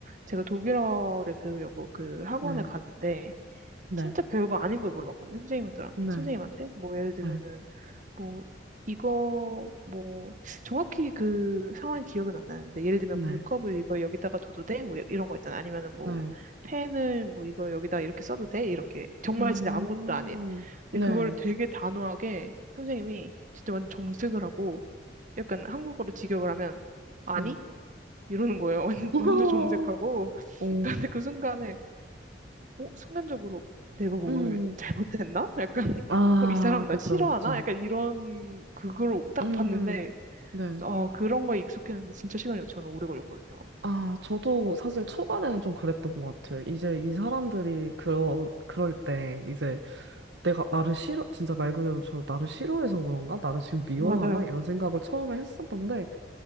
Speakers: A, on the right (about 40°); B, on the right (about 65°).
A: 제가 독일어를 배우려고 그 학원을
B: 네,
A: 갔는데,
B: 네,
A: 진짜 별거 아닌 걸 물어봤거든요. 선생님들한테,
B: 네,
A: 선생님한테. 뭐, 예를 들면은,
B: 네,
A: 뭐, 이거, 뭐, 정확히 그 상황이 기억은 안 나는데, 예를 들면
B: 네,
A: 물컵을 이거 여기다가 둬도 돼? 뭐, 이런 거 있잖아. 아니면은
B: 네,
A: 뭐, 펜을 뭐, 이거 여기다가 이렇게 써도 돼? 이렇게. 정말
B: 음,
A: 진짜 아무것도 아닌.
B: 네,
A: 근데 그거를 되게 단호하게 선생님이 진짜 완전 정색을 하고, 약간 한국어로 직역을 하면, 아니?
B: 네.
A: 이러는 거예요. <laughs> 완전,
B: <laughs>
A: 완전 정색하고.
B: 오,
A: <laughs> 근데 그 순간에 어, 순간적으로 내가 뭘
B: 음,
A: 잘못했나? 약간, <laughs>
B: 아,
A: 어, 이 사람 나
B: 그쵸,
A: 싫어하나?
B: 그쵸.
A: 약간 이런, 그걸 딱
B: 음,
A: 봤는데,
B: 네.
A: 그래서, 아, 그런 거에 익숙했는데 진짜 시간이 저는 오래 걸렸거든요.
B: 아, 저도 사실 초반에는 좀 그랬던 것 같아요. 이제 이 사람들이 그러, 그럴 때 이제 내가 나를 싫어, 진짜 말 그대로 저 나를 싫어해서 그런가? 나를 지금 미워하나?
A: 맞아요.
B: 이런 생각을 처음에 했었는데,